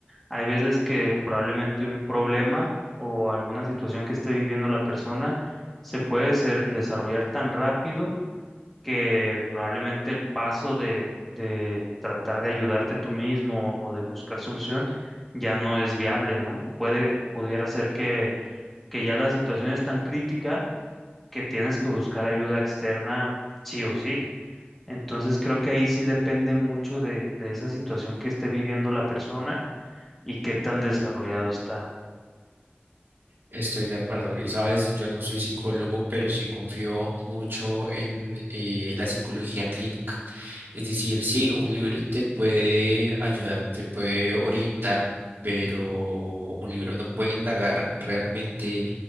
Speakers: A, in the centre; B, on the right.
A: hay veces que probablemente un problema o alguna situación que esté viviendo la persona se puede ser- desarrollar tan rápido que probablemente el paso de, de tratar de ayudarte tú mismo o de buscar solución ya no es viable, ¿no? Puede, pudiera ser que, que ya la situación es tan crítica que tienes que buscar ayuda externa sí o sí. Entonces creo que ahí sí depende mucho de, de esa situación que esté viviendo la persona y qué tan desarrollado está.
B: Estoy de acuerdo. Y sabes, yo no soy psicólogo, pero sí confío mucho en eh, la psicología clínica. Es decir, sí, un libro te puede ayudar, te puede orientar, pero un libro no puede indagar realmente